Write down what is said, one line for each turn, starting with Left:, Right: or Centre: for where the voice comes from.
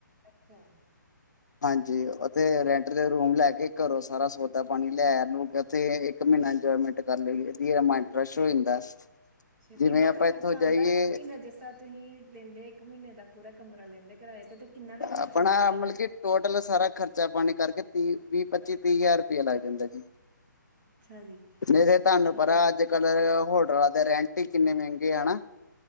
Right: ਅੱਛਾ।
Left: ਹਾਂਜੀ, ਉੱਥੇ ਰੈਂਟ ਤੇ ਰੂਮ ਲੈ ਕੇ, ਘਰੋਂ ਸਾਰਾ ਸੌਦਾ ਪਾਣੀ ਲੈ-ਲੂ ਕੇ ਉੱਥੇ ਇੱਕ ਮਹੀਨਾ ਇੰਜੋਏਮੈਂਟ ਕਰ ਲਈ ਦੀ, 'ਹ ਮਾਇੰਡ ਫਰੈਸ਼ ਹੋ ਜਾਂਦਾ।
Right: ਅੱਛਾ,
Left: ਜਿਵੇਂ
Right: ਕਿੰਨਾ
Left: ਆਪਾਂ
Right: ਕੁ ਖਰਚਾ
Left: ਇੱਥੋਂ
Right: ਆਉਂਦਾ,
Left: ਜਾਈਏ
Right: ਇੱਕ ਮਹੀਨਾ ਜਿਸ ਤਰ੍ਹਾਂ ਤੁਸੀਂ ਲੈਂਦੇ, ਇੱਕ ਮਹੀਨੇ ਦਾ ਪੂਰਾ ਕਮਰਾ ਲੈਂਦੇ ਕਿਰਾਏ ਤੇ? ਕਿੰਨਾ ਕੁ ਖਰਚਾ
Left: ਆਪਣਾ
Right: ਆਉਂਦਾ ਤੁਹਾਡਾ
Left: ਮਤਲਬ ਕਿ ਟੋਟਲ ਸਾਰਾ ਖਰਚਾ ਪਾਣੀ ਕਰਕੇ, ਤੀਹ ਵੀਹ, ਪੱਚੀ-ਤੀਹ ਹਜ਼ਾਰ ਰੁਪਇਆ ਲੱਗ ਜਾਂਦਾ ਜੀ।
Right: ਅੱਛਾ ਜੀ
Left: ਨਹੀ ਤੇ ਤੁਹਾਨੂੰ
Right: ਠੀਕ
Left: ਪਤਾ,
Right: ਹੈ
Left: ਅਜ ਕਲ ਹੋਟਲਾ ਦੇ ਰੈਂਟ- ਕਿਨੇ ਮਹਿਗੇ, ਹਣਾ।